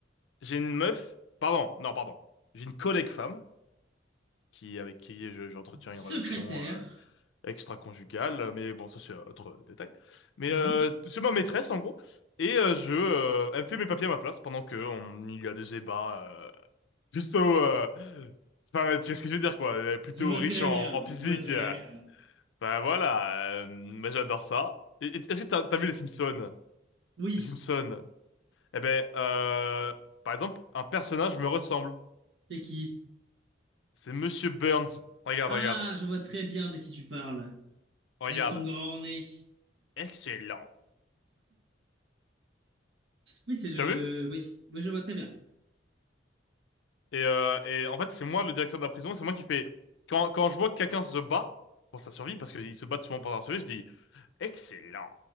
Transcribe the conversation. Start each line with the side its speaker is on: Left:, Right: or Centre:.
Left: j'ai une meuf. Pardon, non, pardon. J'ai une collègue femme qui avec qui je- j'entretiens
Right: Secrétaire.
Left: une relation. euh, extra-conjugale, euh, mais bon, ça c'est autre détail. Mais
Right: Hein
Left: euh, c'est ma maîtresse en gros, et euh, je, euh, elle me fait mes papiers à ma place pendant que on il y a des débats euh, plutôt, euh, enfin tu sais ce que je veux dire quoi, euh, plutôt
Right: Je vois
Left: riche
Right: très
Left: en,
Right: bien,
Left: en physique.
Right: je vois très
Left: euh.
Right: bien.
Left: Bah voilà, euh, bah, j'adore ça. Et- et- Est-ce que t'as t'as vu les Simpsons?
Right: Oui,
Left: Les Simpsons. Eh ben, euh, par exemple, un personnage me ressemble.
Right: c'est qui?
Left: C'est Monsieur Burns. Regarde,
Right: Ah,
Left: regarde,
Right: je vois très bien de qui tu parles.
Left: regarde.
Right: Avec son grand nez.
Left: Excellent.
Right: Oui, c'est le...
Left: Tu as vu?
Right: Oui, oui, je vois très bien.
Left: Et, euh, et en fait, c'est moi le directeur de la prison, et c'est moi qui fais. Quand, quand je vois que quelqu'un se bat pour sa survie, parce qu'ils se battent souvent pour leur survie, je dis excellent.